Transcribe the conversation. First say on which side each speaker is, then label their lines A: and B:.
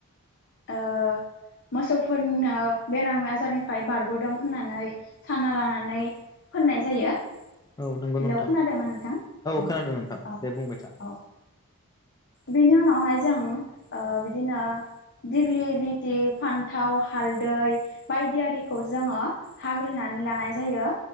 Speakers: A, on the left (about 50°); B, on the left (about 15°).
A: ओ मोसौफोरनो बेराम आजारनिफ्राय बारग'दों होननानै सानना लानानै फोननाय जायो। हेल'
B: औ नंगौ नोंथां
A: खोनादों ना नोंथां औ
B: खोनादों नोंथां
A: औ
B: दे बुंबाय था
A: औ बिनि उनावहाय जों ओ बिदिना दिग्लि लिति फान्थाव हालदै बायदि आरिखौ जोङो हाग्लिना लानाय जायो